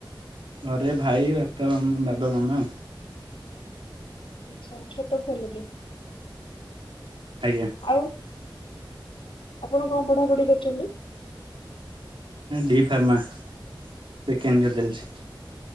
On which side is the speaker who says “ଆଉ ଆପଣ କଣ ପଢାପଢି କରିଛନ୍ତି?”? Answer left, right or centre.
Left